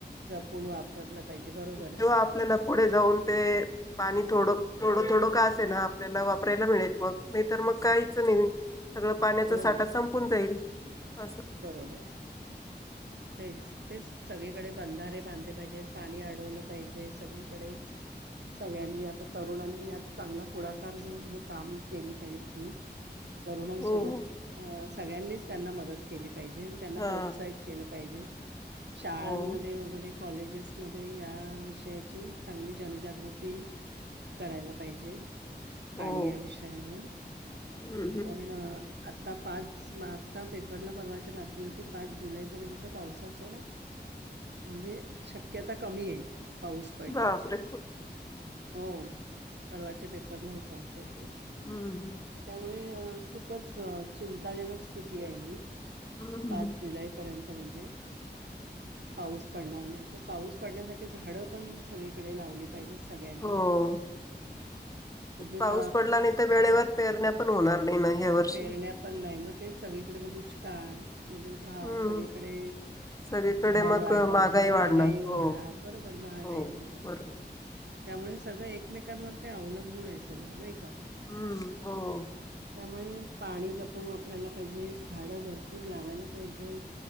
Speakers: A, on the right; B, on the left.
A: जपून वापरलं पाहिजे बरोबर आहे
B: किंवा आपल्याला पुढे जाऊन ते पाणी थोडं थोडं थोडं का असे ना आपल्याला वापरायला मिळेल मग नाही तर मग काहीच नाही सगळा पाण्याचा
A: हो
B: साठा
A: ना
B: संपून जाईल असं
A: बरोबर तेच तेच सगळीकडे बंधारे बांधले पाहिजेत पाणी अडवलं पाहिजे सगळीकडेच सगळ्यांनी आता तरुणांनी हत चांगला पुढाकार घेऊन हे काम केले पाहिजे ही तरुणांसोबत
B: हो हो
A: अ सगळ्यांनीच त्यांना मदत केली केली पाहिजे त्यांना
B: हा
A: प्रोत्साहित केलं पाहिजे शाळांमध्ये
B: हो
A: वगैरे कॉलेजेसमध्येध्ये या विषयाची चांगली जनजागृती करायला पाहिजे पाणी
B: हो
A: या विषयावर
B: हम्म हम्म
A: कारण आता पाच आता पे उरला पर्वाच्या बातमी होती पाच जुलै पर्यंत पावसाच म्हणजे शक्यता कमी आहे पाऊस पडण्याची
B: बापरे
A: हो परवाच्या पेपरला होता आमच्या इथ
B: हम्म
A: त्यामुळे खूपच चिंताजनक स्थिती आहे
B: हम्म
A: पाच जुलै पर्यंत म्हण पाऊस पडणार नाही पाऊस पडण्यासाठी झाड पण सगळीकडे लावली पाहिजेत सगळ्यांनी.
B: हो
A: म्हणजे
B: पाऊस
A: द
B: पडला नाही तर वेळेवर पेरण्या पण होणार नाही ना ह वर्षी
A: पेरण्या पण नाही मग ते सगळीकडे मग दुष् काळ म्हणजे भा
B: हम्म
A: सगळीकडे
B: सगळीकडे
A: भाऊ
B: मग
A: वाढणार महागाई
B: वाढणार
A: होणार,
B: हो
A: बरोबर महागाई
B: हो
A: होणार
B: बरोबर
A: त्यामुळे सगळं एकमेकांवर ते अवलंबून आहे सगळं नाही का.
B: हम्म हो.
A: मुळे पाणी जपून वापरायला पाहिजे, झाड भर पू लावायला पाहिजेत,